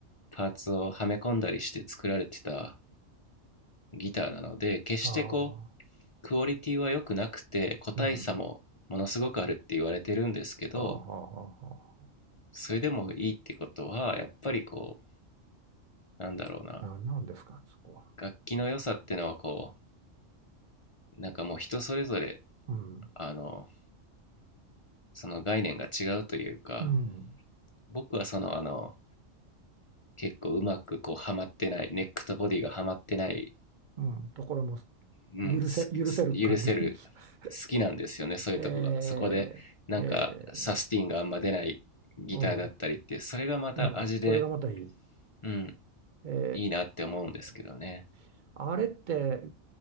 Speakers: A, on the left (about 50°); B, on the right (about 55°).
A: パーツをはめ込んだりして作られてたギターなので決してこうクオリティは良くなくて個体差もものすごくあるって言われてるんですけど
B: ああ、うん。ああ、はあ、はあは
A: それでもいいってことはやっぱりこうなんだろうな
B: あ。なんなんですか、そこは。
A: 楽器の良さってのはこうなんかもう人それぞれ
B: うん。
A: あのその概念が違うというか
B: うん。
A: 僕はそのあの結構うまくこうはまってないネックとボディがはまってない
B: うん。ところも、
A: うん、
B: 許せ、
A: すす許せる、
B: 許せる感じ。<laughs>
A: 好きなんですよね、そういうとこが。
B: えー、
A: そこで、なんか、
B: え
A: サスティンがあんま出ないギターだったりって、
B: ー、う
A: それがまた味で、
B: ん。うん。それがまたいい。
A: うん、
B: え
A: いいなって思うんですけどね。
B: ーあれって、